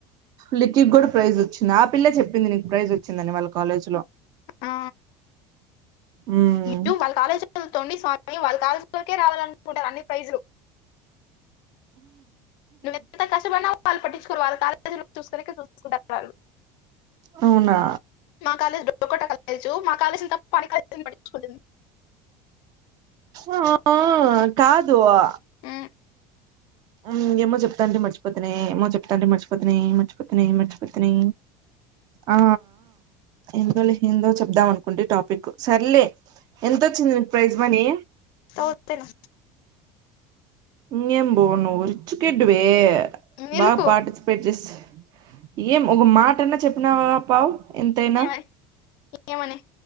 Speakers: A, on the right; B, on the left.
A: లక్కీక్ గుడా ప్రైజ్ వచ్చింది. ఆ పిల్లే చెప్పింది నీకు ప్రైజ్ వచ్చిందని వాళ్ళ కాలేజ్లో
B: ఆ
A: ఉమ్
B: ఇటు వాళ్ళ కాలేజీల తోని స్వామి వాళ్ళ కాలేజీలోకే రావాలనుకుంటారు అన్ని ప్రైజులు నువ్ ఎంత కష్టపడిన వాళ్ళు పట్టించుకోరు వారు కాలేజీ చూసుకునే చూసుకుంటానారు
A: అవునా
B: మా కాలేజ్ డొకోట కాలేజ్ మా కాలేజ్ తక్ పని కతం పట్టించుకోలేదు
A: ఆ కాదు ఆ
B: ఉమ్,
A: అం ఏమో చెప్తా అంటి మర్చిపోతనే ఏమో చెప్తా అంటి మర్చిపోతనే మర్చిపోతనే మర్చిపోతనే ఆ ఏందో లే ఏందో చెప్దాం అనుకోండి టాపిక్ సర్లే ఎంత వచ్చింది నీకు ప్రైస్ మనీ
B: తతినా
A: నేను పోను రిచ్ కిడ్ వేర్
B: నిలుపు
A: బా పార్టిసిపేట్ జెస్ ఏం ఒక మాటన్నా చెప్పినావా పావు ఎంతైనా
B: ఏవై ఏమోనే